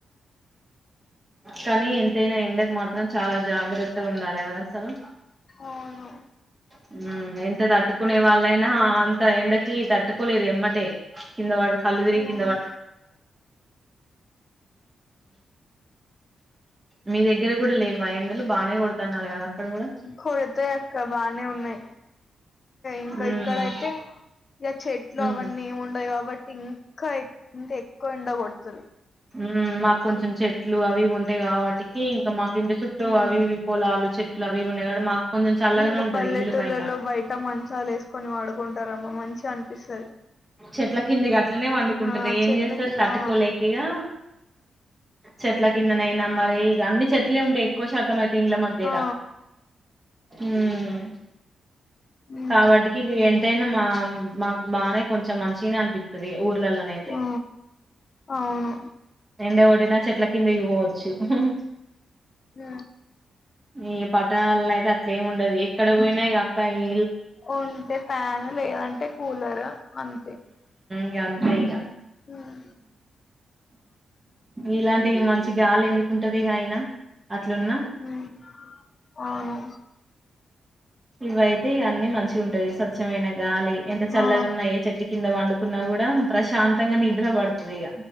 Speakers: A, on the right (about 20°); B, on the left (about 40°).
A: కానీ ఎంతైనా ఎండకు మాత్రం చాలా జాగ్రత్తగా ఉండాలే కదా అసలు
B: అవును
A: హ్మ్ ఎంత తట్టుకునేవ్ వాళ్ళైనా అంత ఎండకి తట్టుకోలేరే ఎమ్మటే కిందవడు కళ్ళుదిరిగి
B: ఉమ్
A: మీ దగ్గర కూడా లేవా ఎండలు బానే కొడుతున్నాల్ కదా అక్కడ కూడా
B: కొడితే అక్క బానే ఉన్నాయి, ఇంక
A: ఉమ్
B: ఇక్కడయితే ఇగ చెట్లు
A: ఉమ్
B: అవన్నీ ఏమి ఉండవు కాబట్టి ఇంకా ఇంత ఎక్కవ ఎండ కొడుతది
A: మ్ మాక్ కొంచం చెట్లు అవి ఇవి ఉంటాయి కాబట్టి కీ ఇంకా మాక్ ఇంటి చుట్టూ
B: ఉమ్
A: అవి ఇవి పొలాలు చెట్లు అవివి ఉన్నాయి కాబట్టి మాక్ కొంచెం చల్లగనే
B: ఇంకా
A: ఉంటది
B: పల్లెటూర్లలో
A: ఇల్లు పైన
B: బయట మంచాలు వేసుకొని పడుకుంటారమ్మ మంచిగా అనిపిస్తది
A: చెట్ల కిందికి అట్లనే వండు ట్కుంటరు
B: ఆ
A: ఏం
B: చెట్లకి
A: చేస్తార్ తట్టుకోలేకిగా
B: ఆ
A: చెట్ల కిందనయినా మరి ఇగ అన్ని చెట్లే ఉంటయి ఎక్కువ శాతం అయి ఇండ్ల మధ్యలా
B: ఆ
A: మ్
B: ఉమ్
A: కాబట్టికి ఎంతైన మా మాక్ బానే కొంచెం మంచిగనే అన్పి తది ఊర్లల్ నైతే
B: ఆ అవును
A: ఎండ కొట్టినా చెట్ల కిందకి పోవచ్చు. హ
B: ఆ
A: ఈ పట్టణాలల్ల అయితే అట్లేం ఉండది. ఎక్కడ పోయినా ఇక అక్క ఈ
B: ఉంటే ఫ్యాన్ లేదంటే కూలర్ అంతే
A: ఇగ అంతే ఇగ
B: ఉమ్
A: ఇలాంటివి మంచి గాలి ఎందుకుంటది ఇగ అయినా అట్లున్న
B: ఉమ్ అవును
A: ఇవయితే ఇగ అన్నీ మంచిగుంటది స్వచ్ఛమైన గాలి ఎంత చల్లగున్నా
B: ఆ
A: ఏ చెట్టు కింద వండు కున్నా గుడా ప్రశాం <unintelligible> నిద్ర పడ్తదిగ